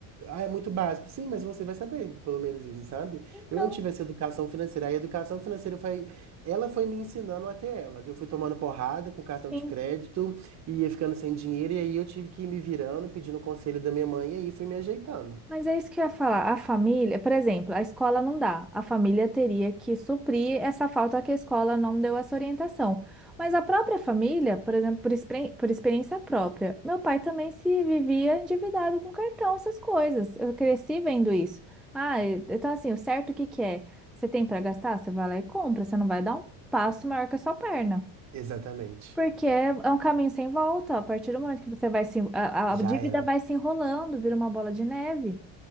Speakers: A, on the right (about 40°); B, in the centre.
A: ah, é muito básico. Sim, mas você vai saber, pelo menos isso, sabe?
B: Então,
A: Eu não tive essa educação financeira. A educação financeira foi, ela foi me ensinando até ela, que eu fui tomando porrada com cartão
B: sim.
A: de crédito e ia ficando sem dinheiro e aí eu tive que ir me virando, pedindo conselho da minha mãe e aí fui me ajeitando.
B: Mas é isso que eu ia falar. A família, por exemplo, a escola não dá. A família teria que suprir essa falta que a escola não deu essa orientação. Mas a própria família, por exemplo, por, expre- por experiência própria, meu pai também se vivia endividado com cartão, essas coisas. Eu cresci vendo isso. Ah, e- então assim, o certo o que que é? Você tem para gastar? Você vai lá e compra. Você não vai dar um passo maior que a sua perna.
A: Exatamente.
B: Porque é é um caminho sem volta. A partir do momento que você vai se. A,
A: Já
B: a dívida
A: era.
B: vai se enrolando, vira uma bola de neve.